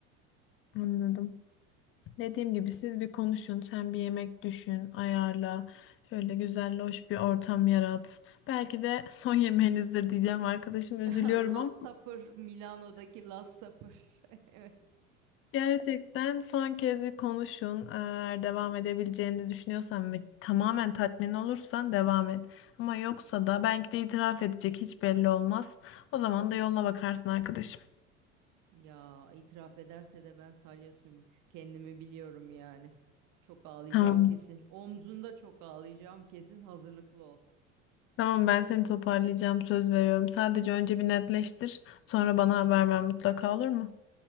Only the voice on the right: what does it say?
<laughs>
Last
Supper, Milano'daki Last Supper. <laughs>
Ya itiraf ederse de ben salya sümük. Kendimi biliyorum yani. Çok ağlayacağım
kesin. Omzunda çok ağlayacağım kesin. Hazırlıklı ol.